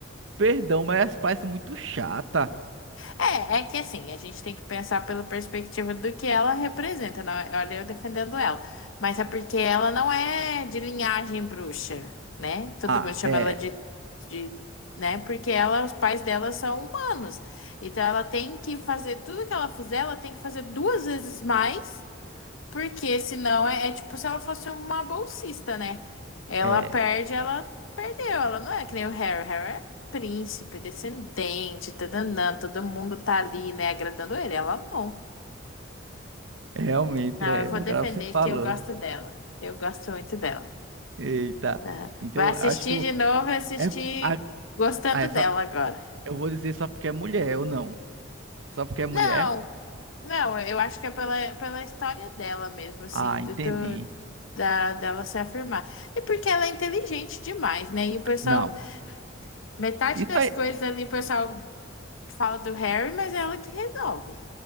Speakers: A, on the right (about 75°); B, on the left (about 85°).
A: perdão, mas ela parece muito chata.
B: É, é que assim, a gente tem que pensar pela perspectiva do que ela representa. Não, é- olha, eu defendendo ela. Mas é porque ela não é de linhagem bruxa, né? Todo
A: Ah,
B: mundo chama
A: é,
B: ela de de, né? Porque ela, os pais dela são humanos. Então ela tem que fazer tudo que ela fizer, ela tem que fazer duas vezes mais, porque senão é, é tipo se ela fosse uma bolsista, né? Ela
A: é,
B: perde, ela perdeu. Ela não é que nem o Harry. Harry é príncipe, descendente, tadanã, todo mundo tá ali, né, agradando ele. Ela não.
A: realmente
B: Não,
A: é,
B: eu vou
A: o
B: defender
A: cara você falou.
B: que eu gosto dela. Eu gosto muito dela.
A: Eita.
B: né?
A: Então,
B: Vai assistir
A: acho que eu
B: de novo e assistir
A: é a,
B: gostando
A: ah, é só
B: dela agora.
A: eu vou dizer só porque é mulher ou não? Só porque é mulher?
B: Não, não, eu acho que é pela, pela história dela mesmo, assim,
A: Ah,
B: do,
A: entendi.
B: do- da, dela se afirmar. E porque ela é inteligente demais, né? E o pessoal,
A: Não.
B: metade
A: Isso
B: das
A: aí
B: coisas ali, o pessoal fala do Harry, mas é ela que resolve.